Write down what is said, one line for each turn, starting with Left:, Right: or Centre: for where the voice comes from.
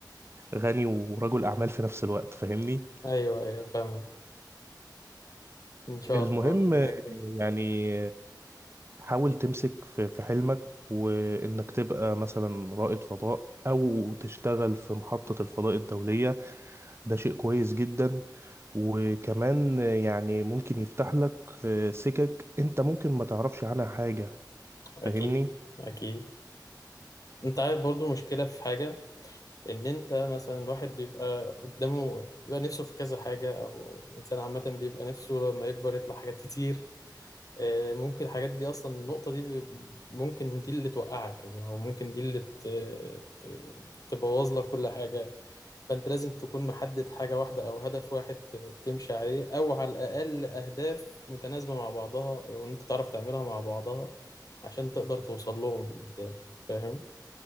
Right: غني ورجل اعمال في نفس الوقت فاهمني
Left: أيوه أيوه فاهمة إن شاء
Right: المهم
Left: الله ربنا يكرمك
Right: يعني حاول تمسك في في حلمك وانك تبقى مثلا رائد فضاء او تشتغل في محطة الفضاء الدولية ده شيء كويس جدا وكمان يعني ممكن يفتح لك سكك انت ممكن ما تعرفش عنها حاجة
Left: أكيد
Right: فاهمني؟
Left: أكيد أنت عارف برضو مشكلة في حاجة ان انت مثلا الواحد بيبقى قدامه بيبقى نفسه في كذا حاجه او الانسان عامه بيبقى نفسه لما يكبر يطلع حاجات كتير آه، ممكن الحاجات دي اصلا النقطه دي ب- ممكن دي اللي توقعك يعني هو ممكن دي اللي ت- ت- تبوظ لك كل حاجه فانت لازم تكون محدد حاجه واحده او هدف واحد ت- تمشي عليه او على الاقل اهداف متناسبه مع بعضها وان انت تعرف تعملها مع بعضها عشان تقدر توصل لهم قدام فاهم؟